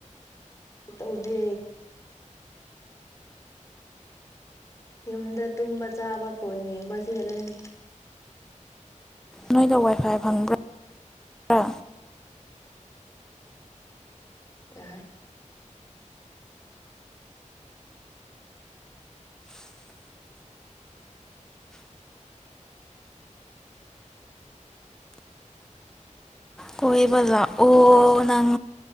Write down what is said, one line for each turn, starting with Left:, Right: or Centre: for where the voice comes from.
Left: ꯑꯣꯗꯤ ꯌꯨꯝꯗ ꯇꯨꯝꯕ ꯆꯥꯕ ꯐꯣꯟ ꯌꯦꯡꯕ ꯑꯁꯤ ꯈꯖꯅꯤ
Centre: ꯅꯣꯏꯗ ꯋꯥꯏꯐꯥꯏ ꯐꯪꯕ꯭ꯔꯥ꯭ꯔ
Left: ꯌꯥ
Centre: ꯀꯣꯏꯕ ꯂꯥꯛꯑꯣ ꯅꯪ